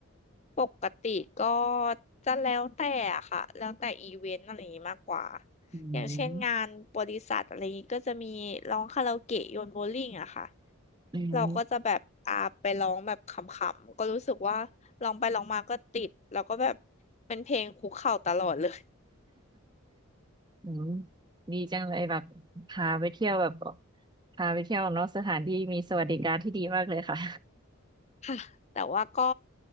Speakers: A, on the left; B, on the right.
A: ปกติก็จะแล้วแต่อะค่ะแล้วแต่อีเวนต์อะไรอย่างนี้มากกว่า
B: อืม
A: อย่างเช่นงานบริษัทอะไรอย่างนี้ก็จะมีร้องคาราโอเกะโยนโบว์ลิ่งอะค่ะ
B: อืม
A: เราก็จะแบบอ่าไปร้องแบบขำๆก็รู้สึกว่าร้องไปร้องมาก็ติดแล้วก็แบบเป็นเพลงคุกเข่าตลอดเลย
B: อืมดีจังเลยแบบพาไปเที่ยวแบบพาไปเที่ยวนอกสถานที่มีสวัสดิการที่ดีมากเลยค่ะ
A: ค่ะแต่ว่าก็